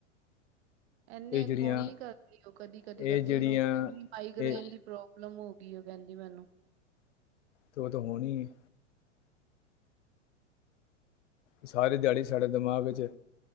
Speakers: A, on the right; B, on the left.
A: ਇੰਨੇ
B: ਇਹ ਜਿਹੜੀਆਂ
A: ਫੋਨ ਨੀ ਕਰਦੇ ਉਹ ਕਦੀ ਕਦੀ
B: ਇਹ
A: ਕਰਦੀ
B: ਜਿਹੜੀਆਂ
A: ਉਹਨੂੰ ਆਪਣੀ ਮਾਈਗ੍ਰੇਨ
B: ਇਹ
A: ਦੀ ਪ੍ਰੋਬਲਮ ਹੋ ਵੀਓ ਕਹਿੰਦੀ ਮੈਨੂੰ
B: ਤੇ ਉਹ ਤਾਂ ਹੋਣੀ ਹੈ ਸਾਰੀ ਦਿਹਾੜੀ ਸਾਡੇ ਦਿਮਾਗ ਵਿੱਚ